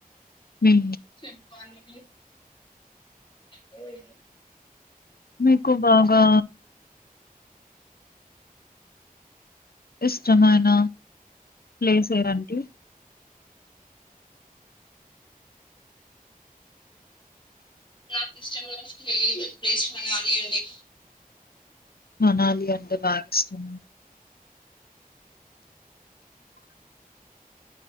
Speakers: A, on the left (about 85°); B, on the left (about 35°).
A: మీ
B: చెప్పాలి అండి
A: మీకు బాగా ఇష్టమైన ప్లేస్ ఏలాంటి
B: నాకు ఇష్టమైన తెదు ప్లేస్ అాలి అండి
A: మనాలి అంటే బాగా ఇష్టమా